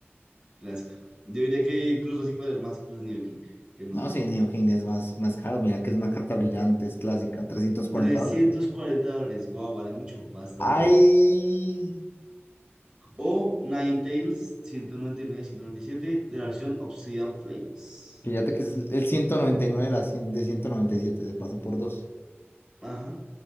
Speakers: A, on the right (about 20°); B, on the left (about 55°).
A: Clásico. Yo diría que incluso así puede haber más, incluso Nido King, que no
B: No,
A: todo.
B: sí, Nidoking es más, más caro. Mira que es una carta brillante, es clásica. trescientos cuarenta
A: trescientos
B: dólares.
A: cuarenta dólares. Wow, vale mucho, bastante.
B: Ay.
A: O Ninetales, 199, 197 de la versión Obsidian Flames.
B: Fíjate que es el 199 de, la, cien- de ciento noventa y siete Se pasó por dos.
A: Ajá.